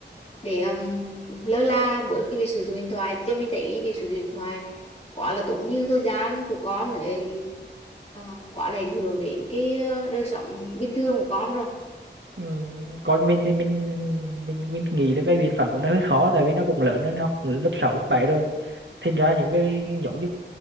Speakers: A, on the left; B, on the right.
A: để um, lơ là bớt cái việc sử dụng điện thoại chứ mình thấy việc sử dụng điện thoại quá là tốn nhiều thời gian của con để uh, quá là ảnh hưởng đến cái ờ, đời sống bình thường của con rồi
B: Ừ. còn mình thì mình mình mình nghĩ là cái biện pháp đó nó hơi khó tại vì nó cũng lớn rồi nó cũng lớp 6 lớp 7 rồi thành ra những cái giống như